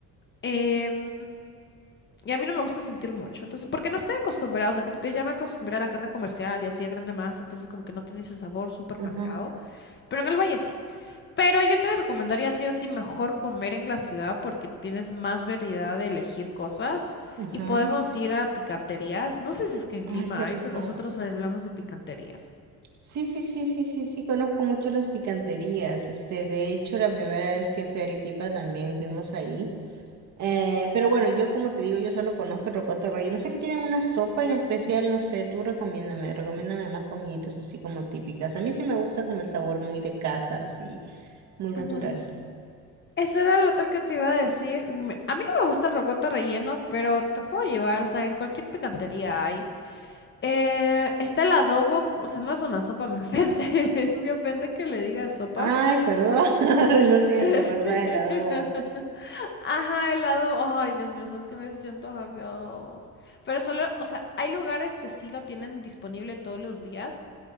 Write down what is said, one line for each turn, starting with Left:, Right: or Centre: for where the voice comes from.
Left: Em, y a mí no me gusta sentir mucho, entonces, porque no estoy acostumbrada, o sea, como que ya me acostumbré a la carne comercial y así a grande más, entonces como que no tiene ese sabor súper
Right: ajá,
Left: marcado, pero en el valle sí. Pero yo te recomendaría sí o sí mejor comer en la ciudad porque tienes más variedad de elegir cosas
Right: ajá.
Left: y podemos ir a picanterías. No sé si es que en
Right: Ay,
Left: Lima
Right: qué rico.
Left: hay, pero nosotros hablamos de picanterías.
Right: Sí, sí, sí, sí, sí, sí, conozco mucho las picanterías. Este, de hecho, la primera vez que fui a Arequipa también fuimos ahí. Eh, pero bueno, yo como te digo, yo solo conozco el rocoto relleno. No sé que tienen una sopa en especial, no sé, tú recomiéndame, recomiéndame más comiditas así como típicas. A mí sí me gusta como el sabor muy de casa, así, muy natural.
Left: Ujú. Eso era lo otro que te iba a decir. Me- A mí no me gusta el rocoto relleno, pero te puedo llevar, o sea, en cualquier picantería hay. Eh, está el adobo, o sea, no es una sopa, me ofende. <laughs> Me ofende que le diga sopa.
Right: Ay, perdón, <laughs> lo siento,
Left: <laughs>
Right: ¿verdad? El adobo.
Left: Ajá, el adobo. Ay, Dios mío, sabes que me has hecho antojar de adobo. Pero solo, o sea, hay lugares que sí lo tienen disponible todos los días,